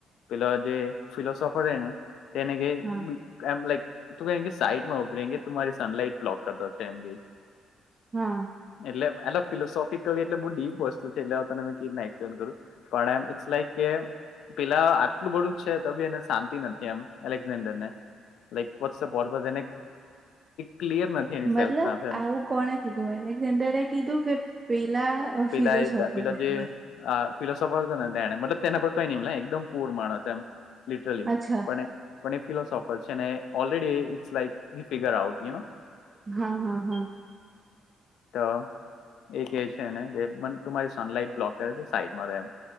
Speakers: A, on the left (about 80°); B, on the right (about 30°).
A: પે જે ફિસફરને તેને કે
B: હા
A: લક તું ક કે સાઈટમાં ઉભરે કે તુંરી સનલાઈટ બ્લોક કરતા તેમમ ગઈ
B: હા
A: એટલે એટલે ફિલોસોફિકલી એટલે બહ ડીપ વસ્તુ છે એટલે હ ત મેં ક રને એક્સપ્લેન કરું પણમ ઇટસ લાઈક પેલા આટલું બધું છે તો બી એને શાંતિ નથી એમ એલેક્ઝેન્ડર ને લાઈક વોટ્સપ વોને ક્લિયર નથી એની
B: મતલબ
A: સેલ્ફ સાથે
B: આવું કોણે કીધું એરે કીધું કે પેલા
A: પલાા
B: ફિલોસોફર
A: એ પ
B: એટલે
A: જે આ ફિલોસોફર છે ને તેને મતલબ તેને પર કઈ નહી એકદમ પૂર માણસ એમ લિટરલી
B: અચ્છા
A: પણ એ પણ એ ફિલોસોફર છે ને ઓલરેડી ઇટ્સ લાઈક હ ફિગર આઉટ ય
B: હા હા હા
A: તો એ કે છે મને તમારી સનલાઈટ બ્લોક કરે છે સાઈડમાં રહેમ